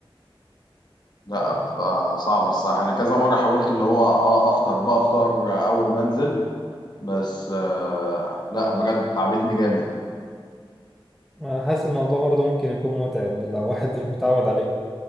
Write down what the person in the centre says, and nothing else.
أنا حاسس الموضوع برضه ممكن يكون متعب لو واحد مش متعود عليه